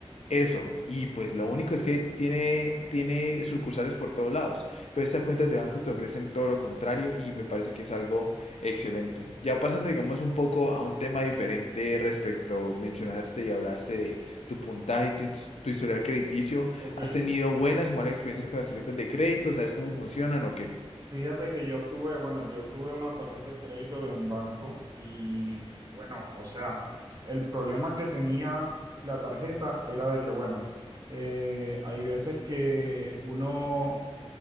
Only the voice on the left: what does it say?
eso, y pues lo único es que tiene, tiene sucursales por todos lados, pero estas cuentas de bancos te ofrecen todo lo contrario y me parece que es algo excelente. Ya pasando, digamos, un poco a un tema diferente respecto, mencionaste y hablaste de tu puntaje, tu, his- tu historial crediticio,
¿has tenido buenas o malas experiencias con las tarjetas de crédito? ¿Sabes cómo funcionan o qué?